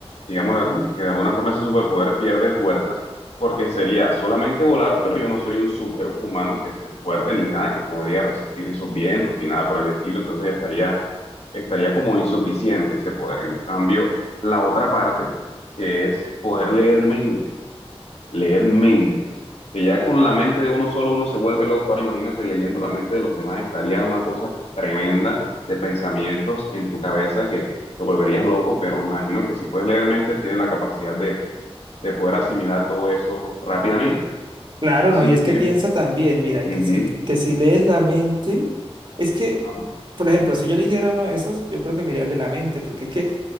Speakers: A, on the left; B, on the right.
A: digamos, que de alguna forma ese superpoder pierde fuerza, porque sería solamente volar, pero yo no soy un superhumano que esté fuerte ni nada, que podría resistir esos vientos ni nada por el estilo, entonces estaría, estaría como insuficiente ese poder. En cambio, la otra parte, que es poder leer mentes, leer mentes, que ya con la mente de uno solo uno se vuelve loco, ahora imagínate leyendo la mente de los demás, estaría una cosa tremenda de pensamientos en tu cabeza que te volverías loco, pero imagino que si puedes leer mente, tienes la capacidad de, de poder asimilar todo eso rápidamente.
B: Claro,
A: Así
B: no, y es
A: que,
B: que piensa también, mira,
A: ujú,
B: que si, que si lees la mente, es que,
A: ajá,
B: por ejemplo, si yo eligiera uno de esos, yo creo que me iría el de la mente, porque es que